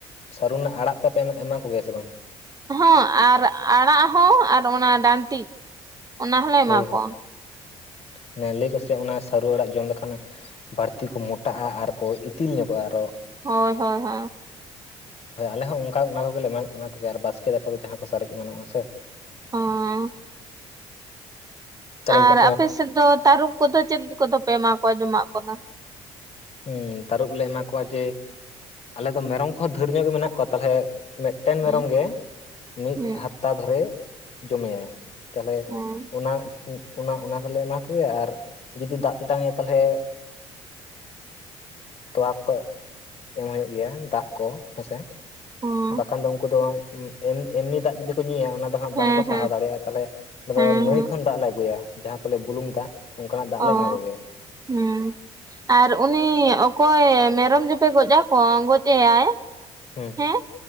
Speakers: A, on the left; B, on the right.
A: ᱥᱟᱹᱨᱩ ᱨᱮᱱᱟᱜ ᱟᱲᱟᱜ ᱛᱮᱜ-ᱯᱮ ᱮᱢᱟ ᱠᱚᱜᱮᱭᱟ ᱥᱮ ᱵᱟᱝ
B: ᱦᱚᱸ ᱟᱨ ᱟᱲᱟᱜ ᱦᱚᱸ ᱟᱨ ᱚᱱᱟ ᱰᱟᱱᱴᱤᱡ ᱚᱱᱟ ᱦᱚᱸᱞᱮ ᱮᱢᱟ
A: ᱦᱳᱭ ᱦᱳᱭ
B: ᱠᱚᱣᱟ
A: ᱦᱟᱱᱮ ᱞᱟᱹᱭ ᱟᱠᱚᱥᱮ ᱚᱱᱟ ᱥᱟᱹᱨᱩ ᱟᱲᱟᱜ ᱡᱚᱢ ᱞᱮᱠᱷᱟᱱ ᱵᱟᱹᱲᱛᱤ ᱠᱚ ᱢᱚᱴᱟᱜᱼᱟ ᱟᱨᱠᱚ ᱤᱛᱤᱞ ᱧᱚᱜᱚᱜᱼᱟ ᱟᱨᱚ
B: ᱦᱳᱭ ᱦᱳᱭ ᱦᱳᱭ
A: ᱦᱳᱭ ᱟᱞᱮ ᱦᱚᱸ ᱚᱱᱠᱟ ᱚᱱᱟ ᱠᱚᱜᱮᱞᱮ ᱮᱢᱟ ᱮᱢᱟ ᱠᱚᱜᱮᱭᱟ ᱟᱨ ᱵᱟᱥᱠᱮ ᱫᱟᱠᱟ ᱠᱚ ᱡᱟᱦᱟᱸ ᱠᱚ ᱥᱟᱨᱮᱡ ᱮᱢᱟᱱᱚᱜᱼᱟ ᱥᱮ
B: ᱦᱚᱸ
A: ᱛᱟᱦᱚᱞᱮ
B: ᱟᱨ ᱟᱯᱮ ᱥᱮᱫ ᱫᱚ ᱛᱟᱹᱨᱩᱵ ᱠᱚᱫᱚ ᱪᱮᱫ ᱠᱚᱫᱚ ᱯᱮ ᱮᱢᱟ ᱠᱚᱣᱟ ᱡᱚᱢᱟᱜ ᱠᱚᱫᱚ
A: ᱦᱩᱸ ᱛᱟᱹᱨᱩᱯ ᱞᱮ ᱮᱢᱟ ᱠᱚᱣᱟ ᱡᱮ ᱟᱞᱮ ᱫᱚ ᱢᱮᱨᱚᱢ ᱠᱚᱦᱚᱸ ᱫᱷᱮᱨ ᱧᱚᱜ ᱜᱮ ᱢᱮᱱᱟᱜ ᱠᱚᱣᱟ ᱛᱟᱞᱮ ᱢᱤᱫ ᱢᱤᱫᱴᱮᱱ
B: ᱦᱩᱸ
A: ᱢᱮᱨᱚᱢ ᱜᱮ ᱢᱤᱫ
B: ᱦᱩᱸ
A: ᱦᱟᱯᱛᱟ ᱫᱷᱚᱨᱮ ᱡᱚᱢᱮᱭᱟᱭ ᱛᱟᱦᱚᱞᱮ
B: ᱦᱩᱸ
A: ᱚᱱᱟ ᱚᱱᱟ ᱚᱱᱟ ᱠᱚᱞᱮ ᱮᱢᱟ ᱠᱚᱜᱮᱭᱟ ᱟᱨ ᱡᱩᱫᱤ ᱫᱟᱜ ᱛᱮᱛᱟᱝ ᱮᱭᱟ ᱛᱟᱦᱚᱞᱮ ᱛᱚᱣᱟ ᱠᱚᱠᱚ ᱮᱢ ᱦᱩᱭᱩᱜ ᱜᱮᱭᱟ ᱫᱟᱜ ᱠᱚ ᱦᱮᱸᱥᱮ
B: ᱦᱩᱸ
A: ᱵᱟᱠᱷᱟᱱ ᱫᱚ ᱩᱱᱠᱩ ᱫᱚ ᱮᱢᱱᱤ ᱫᱟᱜ ᱡᱩᱫᱤ ᱠᱚ ᱧᱩᱭᱟ ᱚᱱᱟ ᱫᱚ ᱦᱟᱸᱜ
B: ᱦᱮᱸ
A: ᱵᱟᱝᱠᱚ ᱥᱟᱦᱟᱣ
B: ᱦᱮᱸ
A: ᱫᱟᱲᱮᱭᱟᱜᱼᱟ ᱛᱟᱦᱚᱞᱮ ᱚᱱᱟ
B: ᱦᱮᱸ
A: ᱫᱚ ᱱᱟᱹᱭ
B: ᱦᱮᱸ
A: ᱠᱷᱚᱱ ᱫᱟᱜ ᱞᱮ ᱟᱹᱜᱩᱭᱟ ᱡᱟᱦᱟᱸ ᱠᱚ ᱞᱟᱹᱭ ᱵᱩᱞᱩᱝ ᱫᱟᱜ ᱚᱱᱠᱟᱱᱟᱜ ᱫᱟᱜ ᱞᱮ
B: ᱚ
A: ᱮᱢᱟ ᱠᱚᱜᱮᱭᱟ
B: ᱦᱩᱸ ᱟᱨ ᱩᱱᱤ <inaudible> ᱚᱠᱚᱭ ᱢᱮᱨᱚᱢ ᱡᱮᱯᱮ ᱜᱚᱡ ᱟᱠᱚᱣᱟ ᱜᱚᱡᱮᱭᱟᱭ
A: ᱦᱩᱸ
B: ᱦᱮᱸ